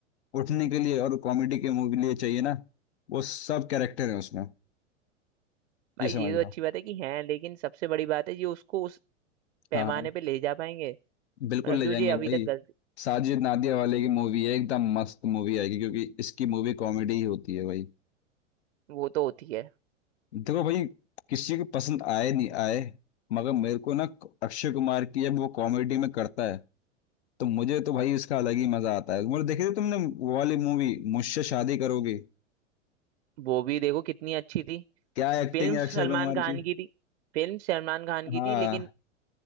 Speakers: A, on the left; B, on the right.
A: उठने के लिए और कॉमेडी की मूवी लिए चाहिए ना वो सब कैरेक्टर है उसमें
B: भाई
A: ये समझ
B: ये तो
A: लो
B: अच्छी बात है कि हैं लेकिन सबसे बड़ी बात है ये उसको उस पैमाने
A: हाँ
B: पे ले जा पाएंगे मतलब
A: बिल्कुल ले
B: जो
A: जाएंगे
B: ये अभी
A: भाई
B: तक गलती
A: साजिद नादिया वाले की मूवी है एकदम मस्त मूवी आएगी क्योंकि इसकी मूवी कॉमेडी ही होती है भाई
B: वो तो होती है
A: देखो भाई किसी को पसंद आए नहीं आए मगर मेरे को ना अक्षय कुमार की जब वो कॉमेडी में करता है तो मुझे तो भाई उसका अलग ही मजा आता है मतलब देखी थी तुमने वो वाली मूवी मुझसे शादी करोगे
B: वो भी देखो कितनी अच्छी थी
A: क्या एक्टिंग
B: फिल्म
A: है अक्षय
B: सलमान
A: कुमार
B: खान
A: की
B: की थी फिल्म सलमान खान की
A: हाँ
B: थी लेकिन